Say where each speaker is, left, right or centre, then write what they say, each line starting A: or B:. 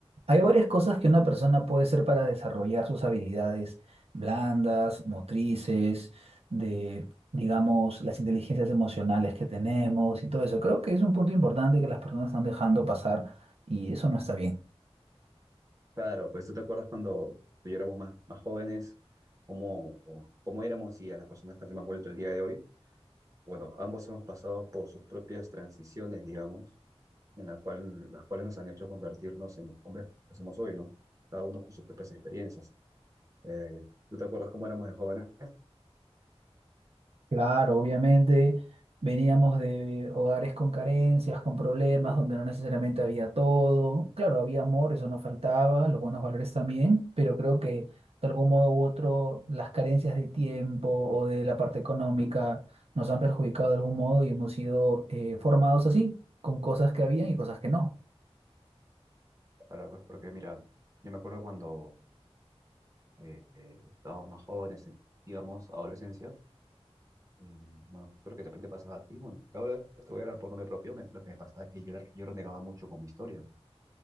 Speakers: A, on the right (about 70°); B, on the right (about 30°).
A: Hay varias cosas que una persona puede hacer para desarrollar sus habilidades blandas, motrices, de, digamos, las inteligencias emocionales que tenemos y todo eso. Creo que es un punto importante que las personas están dejando pasar y eso no está bien.
B: Claro, pues tú te acuerdas cuando tú y yo éramos más, más jóvenes, cómo, cómo éramos y a las personas que nos hemos vuelto el día de hoy. Bueno, ambos hemos pasado por sus propias transiciones, digamos, en la cual, las cuales nos han hecho convertirnos en los hombres que somos hoy, ¿no? Cada uno con sus propias experiencias. Eh, ¿tú te acuerdas cómo éramos de jóvenes?
A: Claro, obviamente veníamos de hogares con carencias, con problemas, donde no necesariamente había todo. Claro, había amor, eso no faltaba, los buenos valores también, pero creo que de algún modo u otro las carencias de tiempo o de la parte económica nos han perjudicado de algún modo y hemos sido eh, formados así, con cosas que habían y cosas que no.
B: Ahora, pues porque mira, yo me acuerdo cuando eh, estábamos más jóvenes, digamos, adolescencia. Eh, bueno, creo que de repente pasaba a ti. Bueno, ahora te voy a hablar por nombre propio. me- lo que me pasaba es que yo, era- yo renegaba mucho con mi historia. ¿no?